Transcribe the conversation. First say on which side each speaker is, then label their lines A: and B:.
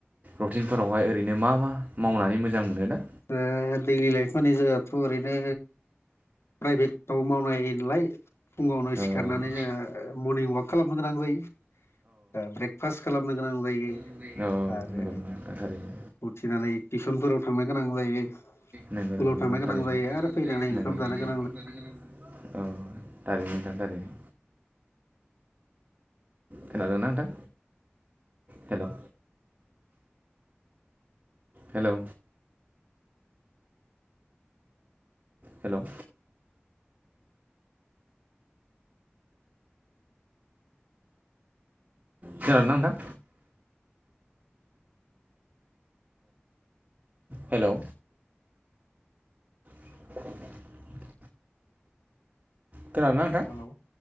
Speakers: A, on the right (about 35°); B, on the left (about 85°).
A: रुटिनफोरावहाय ओरैनो मा मा मावनानै मोजां मोनो दा?
B: द दैलि लाइफ होनोबाथ ओरैनो प्राइभेटआव मावनाय हायो नालाय फुङावनो
A: फुङाव
B: सिखारनानै जोङो मर्निं वआक खालामनो गोनां जायो ब्रेकफास्ट खालामनो गोनां जायो।
A: औ नंगौ
B: आरो
A: नैगौ नोंथां थारैनो।
B: उथिनानै टिउसनफोराव थांनो गोनां जायो
A: नंगौ
B: स्कुलाव
A: नंगौ
B: थांनो
A: नोंथां थारैनो
B: गोनां जायो आरो फैनानै
A: नंगौ
B: ओंखाम
A: नंगौ
B: जायो
A: नोंथां
B: थानोगोनां
A: औ थारैनो नोंथां थारैनो। खोनादों ना‌ नोंथां हेलौ। हेलौ। हेलौ। खोनादोना नोंथां। हेलौ। <inaudible> खोनादों ना नोंथां
B: जायो हेलौ